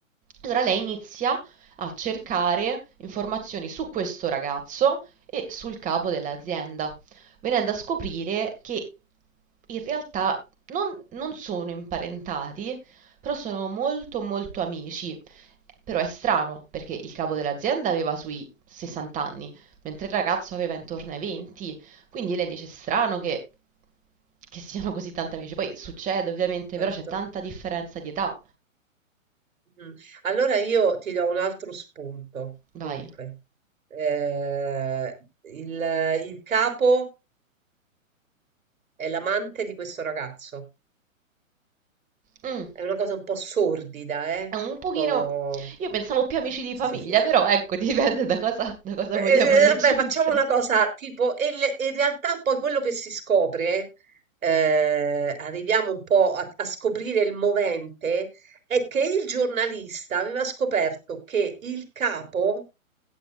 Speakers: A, on the right; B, on the right.
A: Allora lei inizia a cercare informazioni su questo ragazzo e sul capo dell'azienda venendo a scoprire che in realtà non, non sono imparentati, però sono molto molto amici. Però è strano, perché il capo dell'azienda aveva sui 60 anni, mentre il ragazzo aveva intorno ai 20, quindi lei dice "È strano che, che siano così tanti amici. Poi succede ovviamente,
B: certo.
A: però c'è tanta differenza di età.
B: Mm. Allora io ti do un altro spunto. Dunque,
A: Vai.
B: eh, il, il capo è l'amante di questo ragazzo.
A: Mm,
B: È una cosa un po' sordida, eh?
A: è un
B: Un
A: pochino...
B: po'...
A: Io pensavo più amici di famiglia,
B: <laughs>
A: però ecco, <laughs> dipende da cosa, da cosa
B: Eh,
A: vogliamo raggiungere.
B: vabbè, facciamo una cosa tipo, e le- e in realtà poi quello che si scopre, eh, arriviamo un po' a, a scoprire il movente, è che il giornalista aveva scoperto che il capo